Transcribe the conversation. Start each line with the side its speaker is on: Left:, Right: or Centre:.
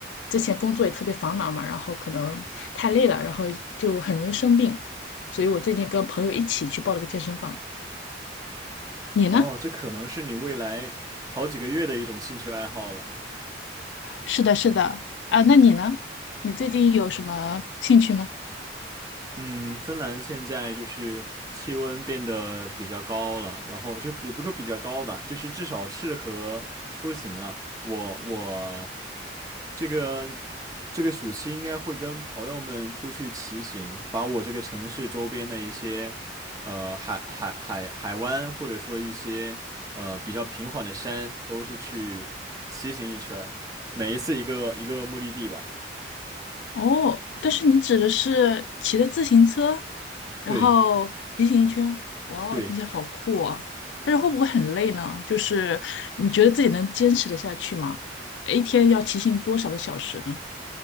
Left: 之前工作也特别繁忙嘛，然后可能太累了，然后就很容易生病，所以我最近跟朋友一起去报了个健身房。你呢？
Right: 哦，这可能是你未来好几个月的一种兴趣爱好了。
Left: 是的，是的，啊，那你呢？你最近有什么兴趣吗？
Right: 嗯，芬兰现在就是气温变得比较高了，然后就也不说比较高吧，就是至少适合出行了。我我这个这个暑期应该会跟朋友们出去骑行，把我这个城市周边的一些呃海海海海湾，或者说一些呃比较平缓的山，都是去骑行一圈儿，每一次一个一个目的地吧。
Left: 哦，但是你指的是骑着自行车，然后骑行一圈，
Right: 对
Left: 哇哦，
Right: 对。
Left: 听起来好酷啊！但是会不会很累呢？就是你觉得自己能坚持得下去吗？一天要骑行多少个小时呢？